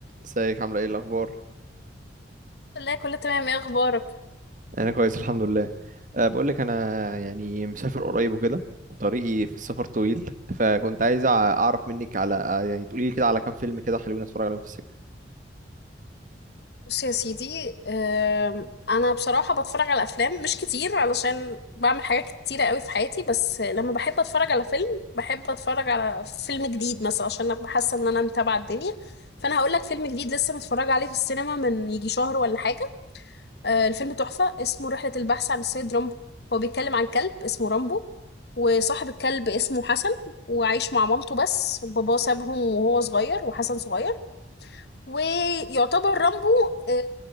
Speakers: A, on the right; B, on the left.
A: ازيك عامله ايه الاخبار
B: لا كله تمام ايه اخبارك
A: انا كويس الحمد لله أه بقول لك انا يعني مسافر قريب وكده وطريقي في السفر طويل فكنت عايز أع- اعرف منك على آه، يعني تقولي لي كده على كام فيلم كده حلوين اتفرج عليهم في السكه
B: بص يا سيدي آم، انا بصراحه بتفرج على افلام مش كتير علشان بعمل حاجات كتيره قوي في حياتي بس لما بحب اتفرج على فيلم بحب اتفرج على فيلم جديد مثلا عشان ابقى حاسه ان انا متابعه الدنيا فانا هقول لك فيلم جديد لسه متفرجه عليه في السينما من يجي شهر ولا حاجه آه، الفيلم تحفه اسمه رحله البحث عن السيد رامبو هو بيتكلم عن كلب اسمه رامبو وصاحب الكلب اسمه حسن وعايش مع مامته بس باباه سابهم وهو صغير وحسن صغير ويعتبر رامبو آه،